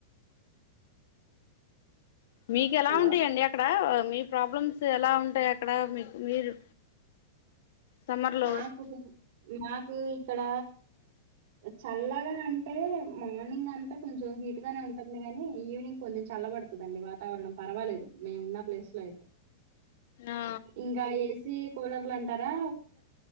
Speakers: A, on the left (about 65°); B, on the right (about 60°).
A: మీకెలా
B: హలో
A: ఉంటయండి అక్కడ మీ ప్రాబ్లమ్స్ ఎలా ఉంటాయి అక్కడ మీకు మీరు సమ్మర్ లో
B: మాకు మాకు ఇక్కడ చల్లగా అంటే మార్నింగ్ అంత అంటే కొంచెం హీట్ గానే ఉంటుంది కానీ ఈవేనింగ్ కొంచెం చల్లబడుతుందండి వాతావరణం పర్వాలేదు మేము ఉన్న ప్లేస్ లో అయితే
A: ఆ
B: ఇంకా ఏసి కూలర్లు అంటారా